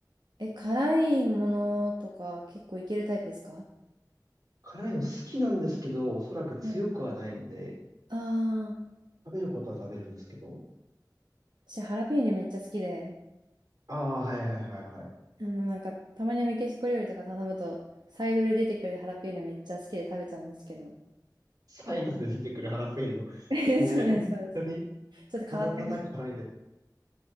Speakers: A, on the right; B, on the right.
A: え、辛いものとか結構いけるタイプですか
B: 辛いの好きなんですけど、おそらく強くはないので、
A: はい。ああ
B: 食べることは食べるんですけど。
A: 私、ハラペーニョめっちゃ好きで、
B: ああ、はいはいはいはい。
A: あの、なんか、たまにメキシコ料理とか頼むと、サイドで出てくるハラペーニョめっちゃ好きで食べちゃうんですけど。
B: サイドで出てくるハラペーニョ。
A: <laughs> えそうです、
B: もう本当に、
A: <laughs> そうです。ちょっと変わってます。
B: ただただ辛いやつ。